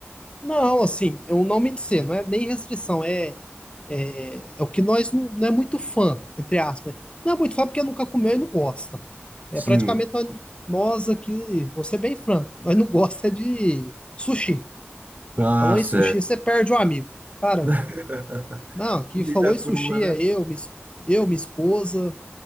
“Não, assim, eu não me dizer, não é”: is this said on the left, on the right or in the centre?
Left